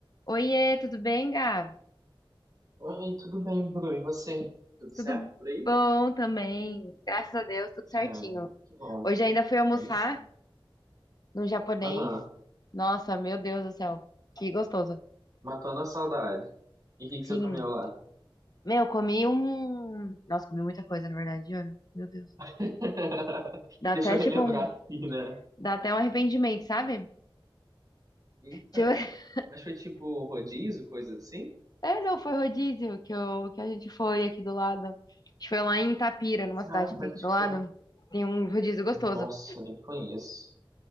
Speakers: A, on the left (about 45°); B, on the right (about 40°).
A: Oiê, tudo bem, Gá?
B: Oi, tudo bem, Bru? E você? Tudo certo
A: Tudo
B: por aí?
A: bom também. Graças a Deus, tudo certinho.
B: Ai, que bom.
A: Hoje ainda fui almoçar
B: Aí sim.
A: no japonês.
B: Aham,
A: Nossa, meu Deus do céu, que gostoso.
B: matando a saudade. E o que que
A: Sim.
B: você comeu lá?
A: Meu, comi um. Nossa, comi muita coisa, na verdade, juro. Meu Deus.
B: <laughs>
A: Dá
B: Deixa
A: até
B: eu relembrar
A: tipo um.
B: aqui, né?
A: Dá até um arrependimento, sabe?
B: Eita,
A: Tipo... <laughs>
B: mas foi tipo rodízio, coisa assim?
A: É, não, foi rodízio que, eu... que a gente foi aqui do lado. A gente foi lá em Itapira, numa
B: Ah,
A: cidade que
B: pode
A: tem aqui do lado.
B: crer.
A: Tem um rodízio gostoso.
B: Nossa, nem conheço.